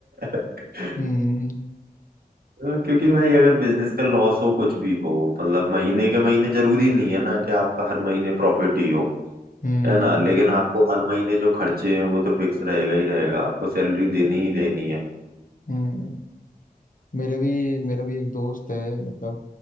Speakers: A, on the right; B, on the left.
A: <laughs>
B: हम्म
A: तो क्योंकि भाई अगर बिजनेस का लॉस हो कुछ भी हो मतलब महीने के महीने जरूरी नहीं है ना कि आपका हर महीने प्रॉफिट ही हो
B: हम्म
A: है ना लेकिन आपको हर महीने जो खर्चे हैं वो तो फिक्स रहेगा ही रहेगा आपको सैलरी देनी ही देनी है
B: हम्म मेरे भी मेरा भी एक दोस्त है मतलब